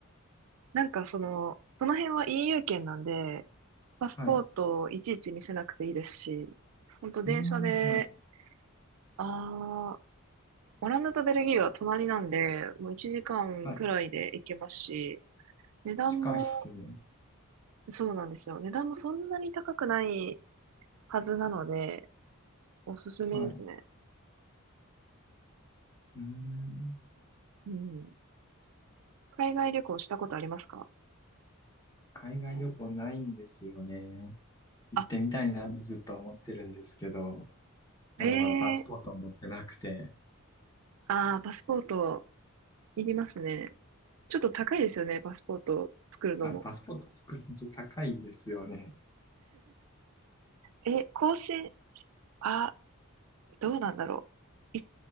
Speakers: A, on the right; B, on the left.
A: なんかその、その辺は EU 圏なんで、パスポートをいちいち見せなくていいですし、
B: はい。う
A: ほんと電車で、
B: ん、はい。
A: あー、オランダとベルギーは隣なんで、もう1時間くらいで行けますし、
B: はい。
A: 値段も、
B: 近いっすね。
A: そうなんですよ。値段もそんなに高くないはずなので、おすすめですね。
B: はい。うん。
A: うん。海外旅行したことありますか
B: 海外旅行ないんですよね。行ってみたいなってずっと思ってるんですけど、
A: あ、
B: なんでまだパスポートを持ってなくて、
A: ええーああパスポートいりますね。ちょっと高いですよね、パスポート作るのも。
B: はいパスポート作るのちょっと高いですよね。
A: <laughs> え、更新、あ、どうなんだろう。